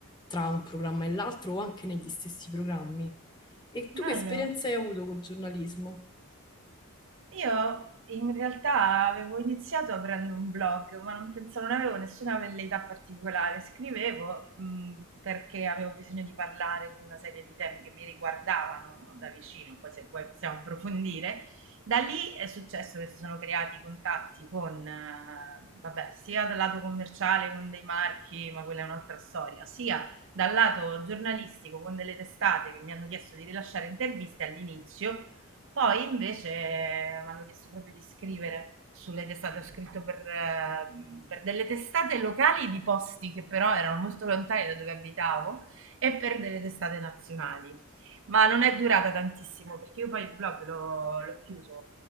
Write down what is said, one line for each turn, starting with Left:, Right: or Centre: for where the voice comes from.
Left: tra un programma e l'altro o anche negli stessi programmi. E tu
Right: bello.
Left: che esperienze hai avuto col giornalismo?
Right: Io in realtà avevo iniziato aprendo un blog, ma non pensavo, non avevo nessuna velleità particolare. Scrivevo, mh, perché avevo bisogno di parlare di una serie di temi che mi riguardavano da vicino, poi se vuoi possiamo approfondire. Da lì è successo che si sono creati contatti con, eh, vabbè, sia dal lato commerciale con dei marchi, ma quella è un'altra storia, sia dal lato giornalistico con delle testate che mi hanno chiesto di rilasciare interviste all'inizio poi invece mi hanno chiesto proprio di scrivere sulle testate, ho scritto per, eh, per delle testate locali di posti che però erano molto lontani da dove abitavo e per delle testate nazionali. Ma non è durata tantissimo perché io poi il blog l'ho, l'ho chiuso.